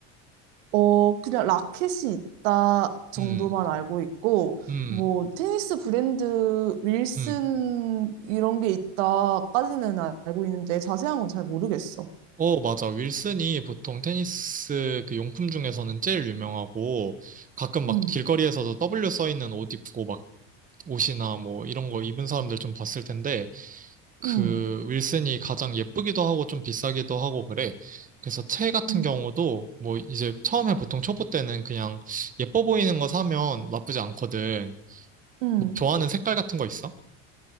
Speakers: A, on the right; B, on the right.
A: 어, 그냥 라켓이 있다 정도만
B: 음,
A: 알고 있고
B: 음,
A: 뭐 테니스 브랜드 윌슨
B: 음.
A: 이런 게 있다까지는 알고 있는데 자세한 건 잘 모르겠어.
B: 어, 맞아. 윌슨이 보통 테니스 그 용품 중에서는 제일 유명하고 가끔 막
A: 음.
B: 길거리에서도 W 써 있는 옷 입고 막 옷이나 뭐 이런 거 입은 사람들 좀 봤을 텐데 그
A: 음.
B: 윌슨이 가장 예쁘기도 하고 좀 비싸기도 하고 그래. 그래서 채 같은
A: 음.
B: 경우도 뭐 이제 처음에 보통 초보 때는 그냥 예뻐 보이는 거 사면 나쁘지 않거든.
A: 음.
B: 뭐 좋아하는 색깔 같은 거 있어?